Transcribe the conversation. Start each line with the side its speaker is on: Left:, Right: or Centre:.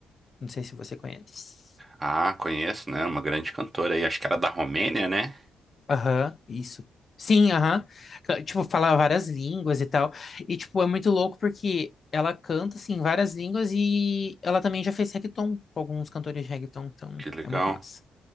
Left: Não sei se você conhece.
Right: Ah, conheço, né? Uma grande cantora aí, acho que era da Romênia, né?
Left: Aham, isso. Sim, aham. Ca- Tipo, fala várias línguas e tal. E, tipo, é muito louco porque ela canta, assim, várias línguas e ela também já fez reggaeton com alguns cantores de reggaeton, então
Right: Que legal.
Left: é muito massa.